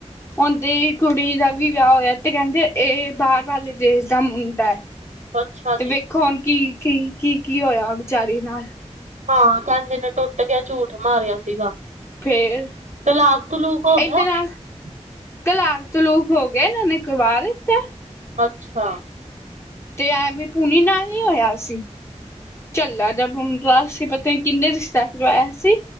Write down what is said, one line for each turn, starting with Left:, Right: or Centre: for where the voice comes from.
Left: ਓਦੀ ਦੀ ਕੁੜੀ ਦਾ ਵੀ ਵਿਆਹ ਹੋਇਆ, ਤੇ ਕਹਿੰਦੇ ਇਹ ਬਾਹਰ ਵਾਲੇ ਦੇਸ਼ ਦਾ ਮੁੰਡਾ ਹੈ।
Right: ਅੱਛਾ। ਜੀ।
Left: ਵੇਖੋ ਹੁਣ ਕੀ- ਕੀ -ਕੀ -ਕੀ ਹੋਇਆ ਵਿਚਾਰੀ ਨਾਲ।
Right: ਹਾਂ, ਕਹਦੇ ਨੇ ਟੁੱਟ ਗਿਆ, ਝੂਠ ਮਾਰਿਆ ਸੀਗਾ।
Left: ਫੇਰ
Right: ਤਲਾਕ ਤਲੂਕ ਹੋ
Left: ਇਹਦੇ
Right: ਗਿਆ?
Left: ਨਾਲ ਤਲਾਕ ਤਲੂਕ ਹੋ ਗਿਆ, ਇਹਨਾਂ ਨੇ ਕਰਵਾ ਲਿਤਾ ਹੈ।
Right: ਅੱਛਾ।
Left: ਤੇ ਐਵੇਂ ਪੂਣੀ ਨਾਲ ਨੀਂ ਹੋਇਆ ਸੀ? ਚੱਲਾ ਜਾ ਮੁੰਡਾ ਸੀ, ਪਤਾ ਨੀ ਕਿੰਨੇ ਰਿਸ਼ਤਾ ਕਰਾਯਾ ਸੀ।